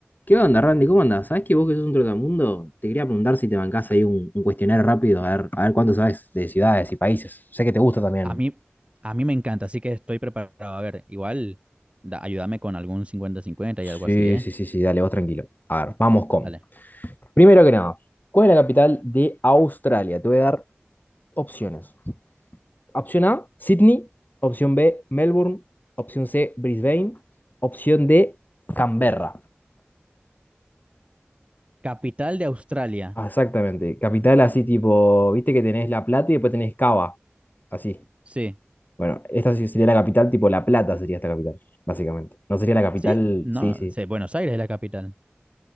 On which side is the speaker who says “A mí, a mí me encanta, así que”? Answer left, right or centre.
Right